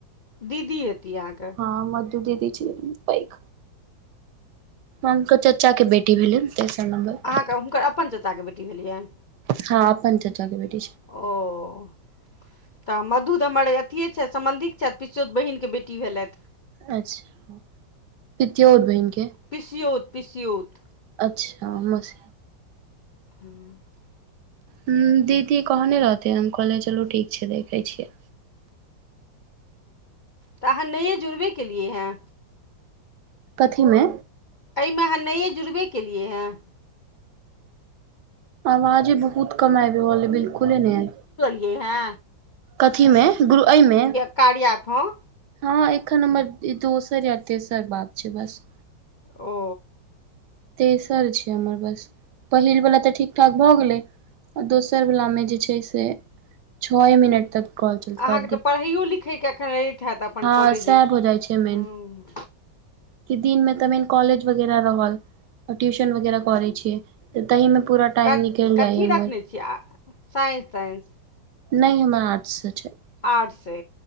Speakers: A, on the left; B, on the right.
A: दीदी हती आहाँक
B: हँ मधू दीदी छै पैघ उनकर चचा क बेटी भेलैन तेसर नम्बर
A: तो हुनकर अपन चच्चा के बेटी भेलियैन
B: हं अप्पन चच्चा क बेटी छै
A: ओ तऽ मधु द हमर अथिये छैथ समबन्धिक छैत पिसियोत बहिनके बेटी भेलैथ
B: अच्छा पितियोओर बहिनक के
A: पिसियोत- पिसियोत
B: अच्छा हमस
A: हूँ <unintelligible>
B: ह दीदी कहने रहती हम कहलिय चलू ठीक छै देखै छियै
A: तऽ अहाँ नयए जुड़बे केलियै हँ
B: कथिमे
A: अइमे अहाँ नयए जुड़बे केलियै हें
B: आवाजे बहुत कम आयब रहल अय, बिल्कुले नै आय
A: ए है
B: कथीमे गुरु अइमे
A: कारिया एप हं
B: हँ एखन हमर दोसर या तेसर बात छै बस
A: ओ
B: तेसर छै हमर बस पहिलवला तऽ ठीक- ठाक भऽ गेलै आ दोसरवलामे जे छै से छए मिनट तक कॉल चलतका
A: अहाँकेँ तऽ पढ़ैयओ लिखैके एखन रहैत हैत अपन
B: हं
A: कॉलेज
B: सै भअ जाइ छै
A: हँ
B: मेन कि दिन मे तऽ मेन कॉलेज वगैरह रहल ट्यूशन वगैरह करै छियै तऽ तहि में पूरा टाइम
A: क
B: निकलि
A: कथी
B: जाइए हमर
A: रखने छियै आ साइंस ताइंस
B: नइ हमर आटसे छै
A: आटसे